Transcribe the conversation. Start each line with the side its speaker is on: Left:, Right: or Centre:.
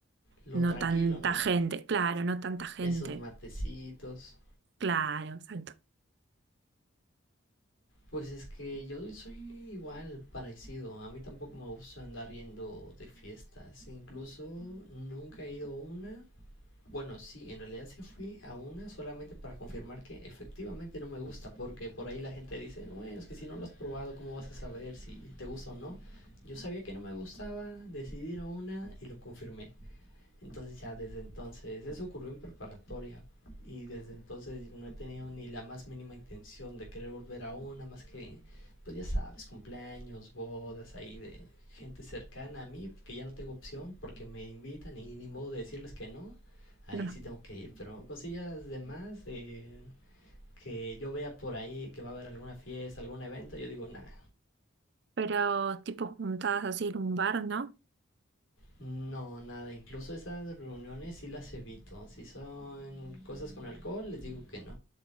Left: lo
Right: no
Left: tranquilo,
Right: tanta
Left: ¿no?
Right: gente, claro, no tanta gente,
Left: Esos matecitos.
Right: claro, exacto,
Left: Pues es que yo soy igual parecido. A mí tampoco me gusta andar yendo de fiestas. Incluso nunca he ido a una Bueno, sí, en realidad sí fui a una solamente para confirmar que efectivamente no me gusta, porque por ahí la gente dice, "No, bueno, es que si no lo has probado, ¿cómo vas a saber si te gusta o no? Yo sabía que no me gustaba, decidí ir a una y lo confirmé. Entonces ya desde entonces, eso ocurrió en preparatoria y desde entonces no he tenido ni la más mínima intención de querer volver a una más que, pues ya sabes, cumpleaños, bodas ahí de gente cercana a mí, que ya no tengo opción porque me invitan y ni modo de decirles que no, ahí
Right: no, no.
Left: sí tengo que ir, pero cosillas de más, de que yo vea por ahí que va a haber alguna fiesta, algún evento, yo digo nada.
Right: Pero tipo juntadas así en un bar, ¿no?
Left: No, nada, incluso esas reuniones sí las evito. Si son cosas con alcohol, les digo que no.